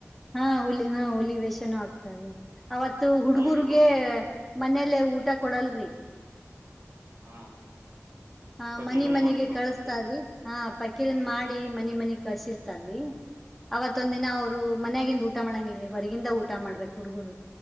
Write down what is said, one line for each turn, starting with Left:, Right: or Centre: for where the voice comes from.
Centre: ಹಾ ಹುಲಿ ಹಾ ಹುಲಿ ವೇಷನೂ ಆಗ್ತೀ ಅವತ್ತು ಹುಡುಗುರ್ಗೆ
Right: ಅಲ್ಲಿಗೆ ಬಾರಸ್ತಾರ
Centre: ಮನೇಲ್ಲ ಊಟ ಕೊಡಲ್ರಿ
Right: ಹಾ
Centre: ಹ
Right: ಪಕೀರನ
Centre: ಮನೆ ಮನೆಗೆ
Right: ಮಾಡಿರ್ತಾರ
Centre: ಕಳಸ್ತಾರೀ
Right: ಪಕೀರನ
Centre: ಹಾ ಪಕೀರನ್ ಮಾಡಿ ಮನೆ ಮನೆ ಕಳ್ಸಿರ್ತಾರ್ರೀ ಅವತ್ೊಂದ ದಿನ ಅವ್ರು ಮನ್ಯಾಗಿಿಂದ ಊಟ ಮಾಡಂಗಲ್ರರಿ ಹೊರಗಿಂದ ಊಟ ಮಾಡ್ಬೇಕಕ್ ಹುಡುಗುರು